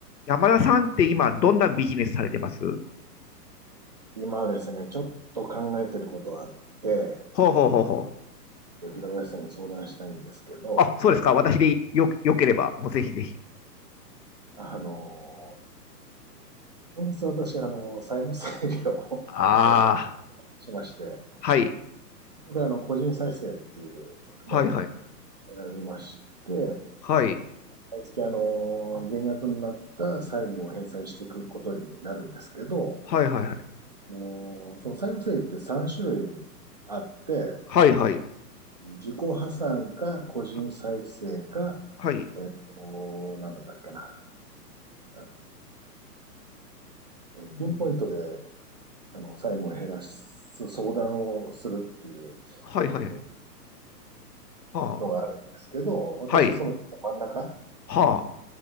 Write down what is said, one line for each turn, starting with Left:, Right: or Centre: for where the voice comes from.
Left: 山田さんって今、どんなビジネスされてます
Right: 今ですね、ちょっと考えてることがあって、
Left: ほうほうほうほう。
Right: 平林さんに相談したいんですけど、
Left: あ、そうですか。私でよ、よければ、もうぜひぜひ。
Right: あの、先日私、あの、債務整理を
Left: ああ、
Right: <laughs> をしまして、
Left: はい。
Right: そこであの、個人再生っていうのを
Left: はいはい。
Right: 選びまして、
Left: はい。
Right: 毎月あの、減額になった債務を返済していくことになるんですけど、
Left: はいはいはい。
Right: あの、その債務整理って3種類あって、
Left: はいはい。
Right: 自己破産か個人再生か
Left: ははい。
Right: えっと、なんだったっけな。あの、えーピンポイントで、
Left: うん
Right: あの、債務を減らす相談をするっていう、
Left: はいはい。
Right: えっと、
Left: はあ。
Right: のがあるんですけど、私はその真ん中
Left: はい。は